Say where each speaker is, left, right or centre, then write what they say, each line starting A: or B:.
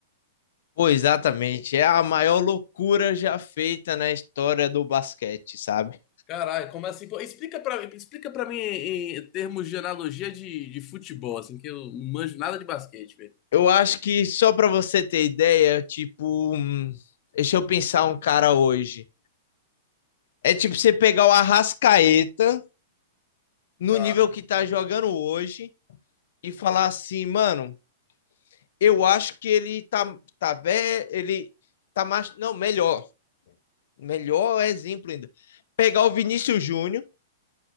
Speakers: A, on the left (about 65°); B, on the left (about 30°).
A: Pô, exatamente, é a maior loucura já feita na história do basquete, sabe?
B: Caralho, como assim? Pô, explica pra, explica pra mim em, em termos de analogia de, de futebol, assim, que eu não manjo nada de basquete, velho.
A: Eu acho que só pra você ter ideia, tipo, hum, deixa eu pensar um cara hoje. É tipo você pegar o Arrascaeta no
B: Tá.
A: nível que tá jogando hoje e falar assim, mano, eu acho que ele tá tá velho, ele tá mais, não, melhor, melhor exemplo ainda. Pegar o Vinícius Júnior,